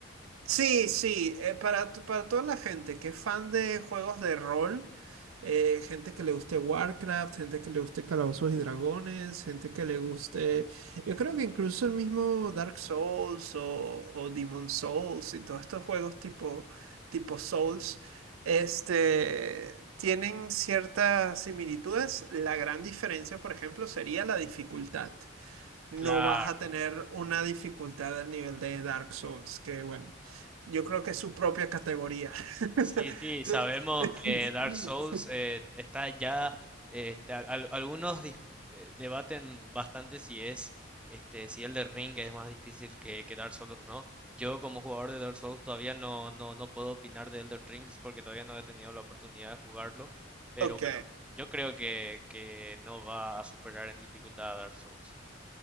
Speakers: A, on the right; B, in the centre.
A: sí, sí, eh, para, t- para toda la gente que es fan de juegos de rol, eh, gente que le guste Warcraft, gente que le guste Calabozos y Dragones, gente que le guste, yo creo que incluso el mismo Dark Souls o, o Demon Souls y todos estos juegos tipo, tipo Souls, este, tienen ciertas similitudes. La gran diferencia, por ejemplo, sería la dificultad no
B: Claro.
A: vas a tener una dificultad al nivel de Dark Souls, que bueno, yo creo que es su propia categoría. <laughs>
B: Sí, sí,
A: Tú-
B: sabemos
A: <laughs>
B: que Dark Souls eh, está ya, eh, este, al- al- algunos dis- eh, debaten bastante si es, este, si el de Ring es más difícil que, que Dark Souls, o ¿no? Yo como jugador de Dark Souls todavía no, no, no puedo opinar de Elden Rings porque todavía no he tenido la oportunidad de jugarlo, pero
A: Ok,
B: bueno, yo creo que, que no va a superar en dificultad a Dark Souls.